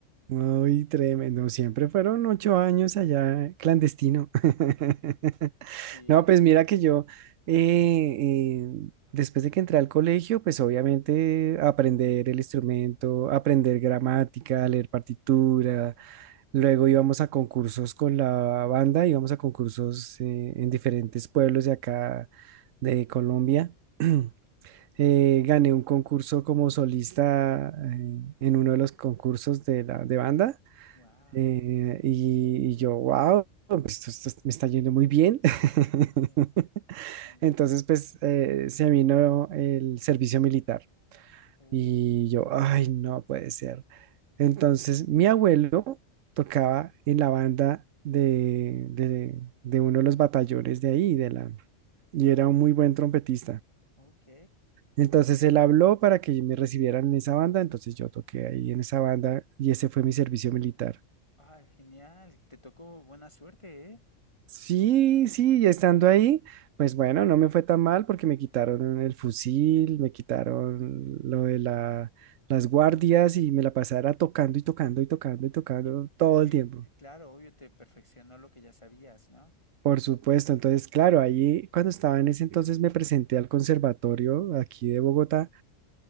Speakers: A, on the right; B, on the left.
A: Uy, tremendo. Siempre fueron ocho años allá clandestino. <laughs>
B: Sí,
A: No,
B: ¿eh?
A: pues mira que yo, eh, eh, después de que entré al colegio, pues obviamente aprender el instrumento, aprender gramática, leer partitura. Luego íbamos a concursos con la banda, íbamos a concursos eh, en diferentes pueblos de acá de Colombia. <clears throat> Eh, gané un concurso como solista eh, en uno de los concursos de la de banda.
B: Wow,
A: Eh, y, y yo, wow, esto, esto me está yendo muy bien. <laughs>
B: <laughs> genial.
A: Entonces, pues eh, se vino el servicio militar
B: Oh,
A: y yo, ay, no puede ser. Entonces, mi abuelo tocaba en la banda de, de, de uno de los batallones de ahí, de la, y era un muy buen trompetista.
B: ok.
A: Entonces él habló para que me recibieran en esa banda, entonces yo toqué ahí en esa banda y ese fue mi servicio militar.
B: Ah, genial, te tocó buena suerte, ¿eh?
A: Sí, sí, y estando ahí, pues bueno, no me fue tan mal porque me quitaron el fusil, me quitaron lo de la- las guardias y me la pasara tocando y tocando y tocando y tocando
B: Y
A: todo
B: obvio-
A: el tiempo.
B: claro, obvio te perfeccionó lo que ya sabías, ¿no?
A: Por supuesto, entonces, claro, ahí cuando estaba en ese entonces me presenté al conservatorio aquí de Bogotá